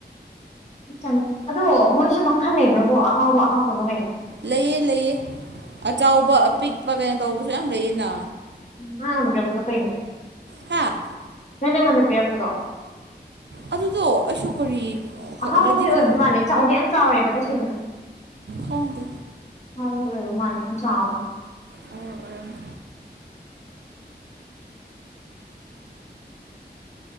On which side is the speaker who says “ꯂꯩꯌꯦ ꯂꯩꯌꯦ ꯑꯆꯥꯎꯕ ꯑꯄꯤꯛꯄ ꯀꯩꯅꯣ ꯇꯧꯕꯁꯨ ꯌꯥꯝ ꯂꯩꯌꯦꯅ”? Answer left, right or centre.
Right